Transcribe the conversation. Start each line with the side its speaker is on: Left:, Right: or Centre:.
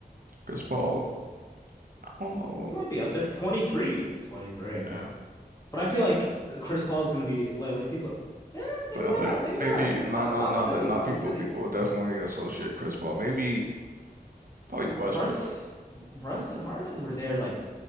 Right: Chris Paul, I don't know.
Left: He might be up there. 23. 23.
Right: Damn.
Left: But I feel like Chris Paul is going to be like, like people, eh, maybe
Right: I
Left: not,
Right: think
Left: maybe
Right: maybe
Left: not, maybe
Right: not,
Left: not.
Right: not,
Left: Lob
Right: not
Left: City,
Right: that, not
Left: Lob
Right: people.
Left: City.
Right: People would definitely associate Chris Paul. Maybe probably Westbrook.
Left: Russ,
Right: Like,
Left: Russ and Harden were there like